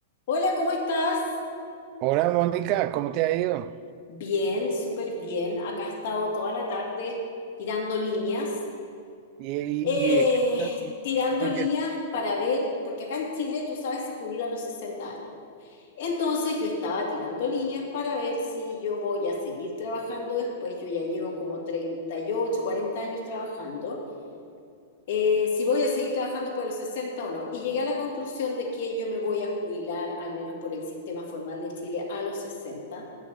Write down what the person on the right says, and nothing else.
Hola Mónica, ¿cómo te ha ido?
¿Y, y,
y de qué estás?
Porque,